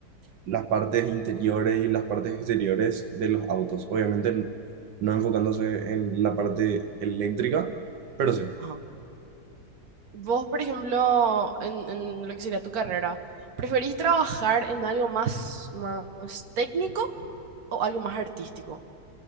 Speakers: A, on the right; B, on the right.
A: las partes interiores y las partes exteriores de los autos. Obviamente n- no enfocándose en la parte eléctrica, pero sí.
B: Ajá. Vos, por ejemplo, en, en lo que sería tu carrera, ¿preferís trabajar en algo más, más técnico o algo más artístico?